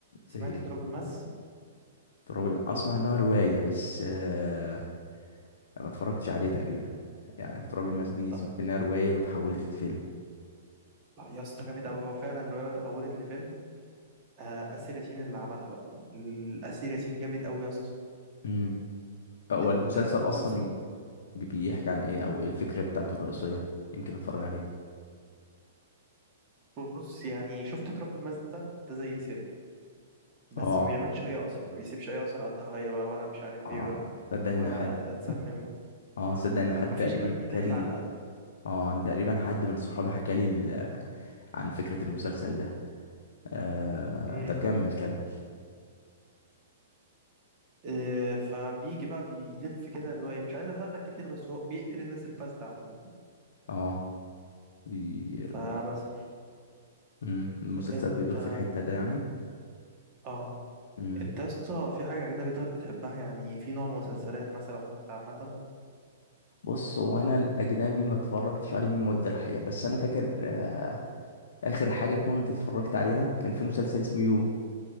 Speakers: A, on the left; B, on the right.
A: زي
B: سمعت
A: إيه؟
B: تراب الماس
A: تراب ال- أسمع إن هو رواية بس آه، ما اتفرجتش عليه تقريبا يعني تراب الماس دي
B: لا
A: سمعت إنها رواية وتحولت لفيلم
B: لا يا اسطى جامد قوي هو فعلا الروايه اتحولت لفيلم آه آسر ياسين اللي عملها بقى ال- آسر ياسين جامد قوي يا اسطى
A: مم. هو
B: المسلسل
A: المسلسل أصلا بي- بيحكي عن إيه أو إيه الفكرة بتاعته الرئيسية يمكن أتفرج عليه
B: بص يعني شفت تراب الماس ده ده زي سم بس
A: آه
B: ما بيعملش اي اثر ما بيسيبش اي اثر على الضحيه بقى ولا مش عارف
A: آه
B: ايه ولا
A: صدق إن
B: ولا
A: حد
B: ده اتسمم
A: آه صدق إن
B: آه
A: حد
B: ما
A: تقريبا
B: فيش اي
A: حكالي
B: دليل على قتله
A: اه انا تقريبا حد من صحابي حكى لي ال- عن فكرة المسلسل ده آه...
B: امم
A: طب كمل كمل
B: آه فبيجي بقى بيلف كده اللي هو إيه، مش عايز احرق لك كتير بس هو بيقتل الناس الفاسده عموما
A: اه بي...
B: فبس
A: بي... مم. المسلسل
B: انت
A: بيدور في الحتة ده يعني
B: اه
A: مم.
B: انت اصلا في حاجة أجنبي طيب بتحبها يعني في نوع من مسلسلات مثلا حتى عامة
A: بص هو انا الاجنبي ما اتفرجتش عليه من مدة الحقيقة بس انا فاكر آه... اخر حاجة كنت اتفرجت عليها كان في مسلسل اسمه يو